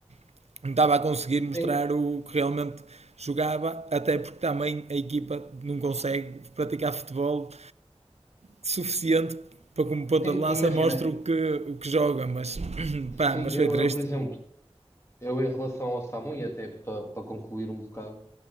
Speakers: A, on the right (about 85°); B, on the left (about 25°).
A: <coughs> não estava a conseguir mostrar
B: Sim,
A: o que realmente jogava, até porque também a equipa não consegue praticar futebol suficiente para como ponta
B: sim,
A: de lança
B: imagina,
A: mostra
B: eh,
A: o que, o que joga, mas <coughs> pá,
B: sim,
A: mas
B: eu,
A: foi triste.
B: eu, por exemplo, eu em relação ao SAMU, e até para concluir um bocado,